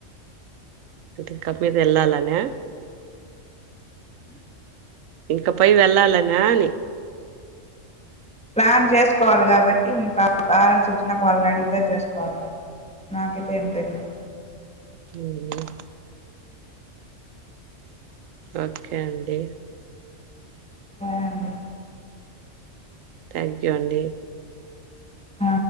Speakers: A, on the right; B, in the centre.
A: అ ఇంకా మీద వెళ్ళాలనా ఇంక పై వెళ్ళాలనా అని
B: ప్లాన్ చేసుకోవాలి కాబట్టి ఇంకా ఆహార సూచనకు వల్లనడిగితే చేసుకోవాలని నాకైతే ఏం తెలిదు
A: ఉహ్ ఓకే అండి
B: సరే అండి
A: థ్యాంక్ యూ అండి
B: ఆ